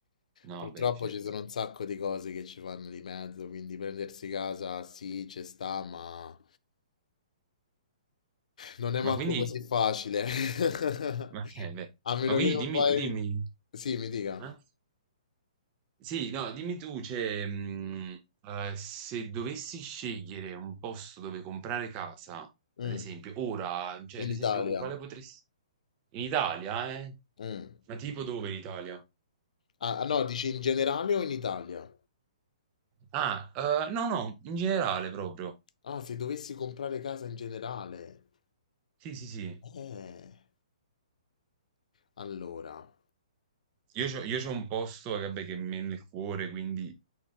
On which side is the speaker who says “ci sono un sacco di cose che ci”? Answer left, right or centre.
Left